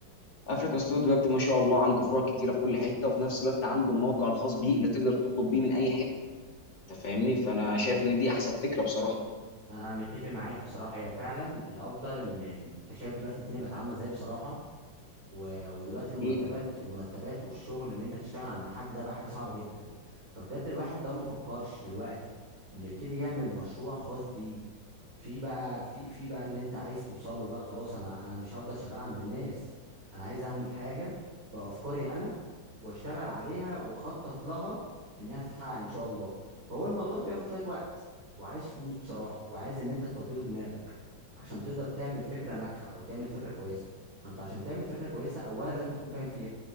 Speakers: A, on the left; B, on the right.
A: افريكا ستور دلوقتي ما شاء الله عنده فروع كتيره في كل حته وفي نفس الوقت عنده الموقع الخاص بيه اللي تقدر تطلب بيه من اي حته انت فاهمني فانا شايف ان دي احسن فكره بصراحه
B: انا متفق معاك بصراحه هي فعلا الافضل ان انت شايف دلوقتي الدنيا بقت عامله ازاي بصراحه و... ودلوقتي المرتبات
A: أكيد
B: المرتبات والشغل اللي انت تشتغل عند حد ده بقى حاجه صعبه جدا فبجد الواحد لو ما فكرش دلوقتي انه يبتدي يعمل مشروع خاص بيه في بقى في في بقى اللي انت عايز توصل له بقى خلاص انا انا مش هفضل شغال عند الناس انا عايز اعمل حاجه بافكاري انا واشتغل عليها واخطط لها انها تتحقق ان شاء الله فهو الموضوع بياخد شوية وقت وعايز فلوس بصراحة وعايز ان انت تفضله دماغك عشان تقدر تعمل فكرة ناجحة او تعمل فكرة كويسة ما انت عشان تعمل فكرة كويسة اولا لازم تكون فاهم فيها